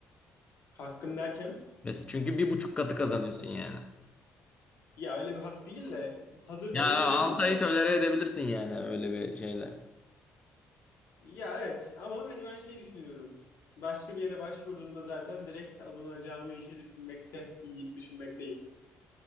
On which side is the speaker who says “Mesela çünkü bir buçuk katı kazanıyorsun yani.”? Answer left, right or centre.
Left